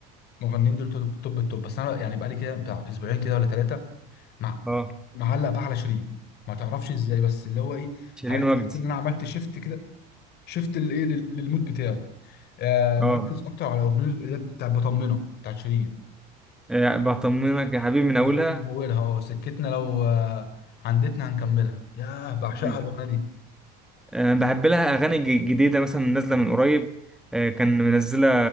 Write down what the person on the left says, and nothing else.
المغنيين دول توب توب التوب بس انا يعني بقالي كده بتاع اسبوعين كده ولا ثلاثه مع
معلق بقى على شيرين ما تعرفش ازاي بس اللي هو ايه
عارف
تحس ان انا عملت شيفت شفت الايه لل- للمود بتاعي آه،
مم. مركز اكتر على اغنيه اللي هي بتاع بطمنه بتاعت شيرين
الحاجات من اولها اه سكتنا لو آه، عندتنا هنكملها ياه بعشقها
الاغنيه دي